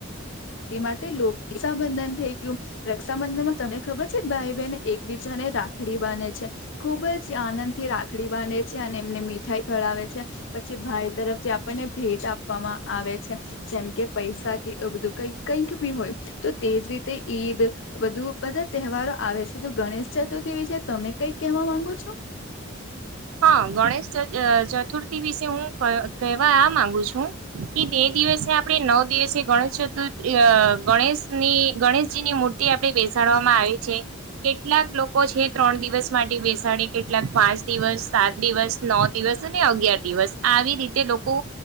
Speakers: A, on the left; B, on the right.
A: તે માટે લોક રક્ષાબંધન થઈ ગયું. રક્ષાબંધનમાં તમને ખબર છે ભાઈ બહેન એકબીજા ને રાખડી બાને છે. ખુબ જ આનંદ થી રાખડી બાંધ છે અને એમને મીઠાઈ ખળાવે છે. પછી ભાઈ તરફથી આપણને ભેટ આપવામાં આવે છે. જેમ કે પૈસા કે એવું બધું કઈ કંઈક બી હોય તો તેજ રીતે ઈદ બધુ બધા તહેવારો આવે છે તો ગણેશ ચતુર્ તી વિશય તમે કઈક કહેવા માંગો છો?
B: હા ગણેશ ચ અહ ચતુર્થી વિશ તે હું કહ્ કહેવા આ માંગુ છું કે તે દિવસે આપણે નવ દિવસે ગણેશ ચતુર્ અહ ગણેશની ગણેશજીની મૂર્તિ આપણે બેસાડવામાં આવે છે કેટલાક લોકો છે ત્રણ દિવસ માટે બેસાડે કેટલાક પાંચ દિવસ સાત દિવસ નો દિવસ અને અગિયાર દિવસ આવી રીતે લોકો